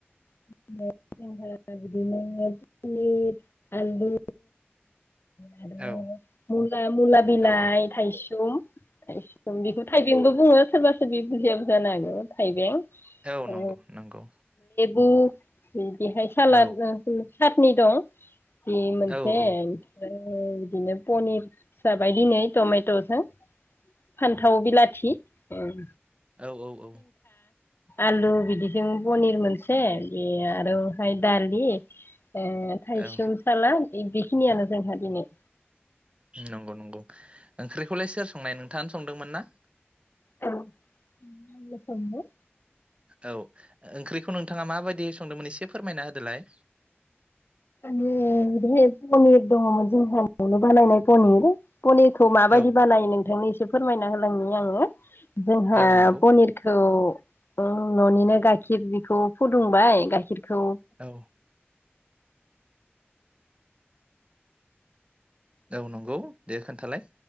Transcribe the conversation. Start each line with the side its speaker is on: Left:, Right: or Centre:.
Left: <unintelligible> पनिर आलु। आरो
Right: औ
Left: मुला मुला बिलाइ
Right: औ औ
Left: थायसुम। एस बेखौ थाइबें बो बु बुङो सोरबा सोरबि बुजिया बुजा नाङो थाइबें।
Right: औ नंगौ
Left: ओ
Right: नंगौ।
Left: <unintelligible> सातनि
Right: औ औ
Left: दं। बे मोनसे
Right: औ औ
Left: ओमफ्राय। ओ बिनो पनिर जाबाय दिनै टमेटजों। फान्थाव बिलाथि उम।
Right: औ औ औ।
Left: आलु बिदिजों पनिर मोनसे बे आरोहाय दालि। ए थाइसु
Right: औ
Left: सालाद इदि। फिनायानो जोंहा दिनै।
Right: नंगौ नंगौ ओंख्रिखौलाय सोर संनाय नोंथाङानो संदोंमोन ना।
Left: <unintelligible> संनो।
Right: औ। ओंख्रिखौ नोंथाङा माबायदि। संदोंमोन एसे फोरमायना होदोलाय।
Left: आं ओ दिनै पनिर दङ जोंहा नआवनो बानायनाय पनिर। पनिरखौ माबायदि
Right: औ
Left: बानायो नोंथांनि सि फोरमायना होलांनि आङो जोङा
Right: औ नंगौ
Left: पनिरखौ ओ ननिनो गाइखिर बेखौ फुदुंबाय गाइखिर खौ
Right: औ औ नंगौ दे खोन्थालाय।